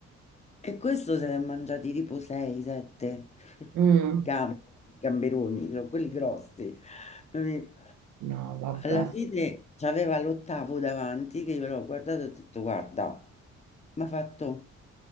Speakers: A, on the left (about 20°); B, on the right (about 75°).
A: E questo se ne è mangiati tipo 6, 7
B: Mm,
A: <laughs> gamberoni, però quelli grossi. Capito?
B: no, vabbè.
A: Alla fine c'aveva l'ottavo davanti che io l'ho guardato e ho detto guarda, mi ha fatto,